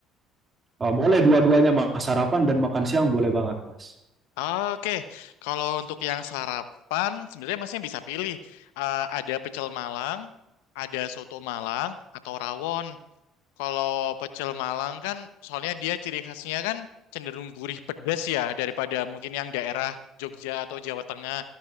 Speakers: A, on the right; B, on the left.
A: Eh, boleh dua-duanya Mas, sarapan dan makan siang boleh banget Mas.
B: Oke, Kalau untuk yang sarapan sebenarnya masnya bisa pilih. Eh, ada pecel Malang, ada soto Malang atau rawon. Kalau pecel Malang kan soalnya dia ciri khasnya kan cenderung gurih pedas ya daripada mungkin yang daerah Jogja atau Jawa Tengah.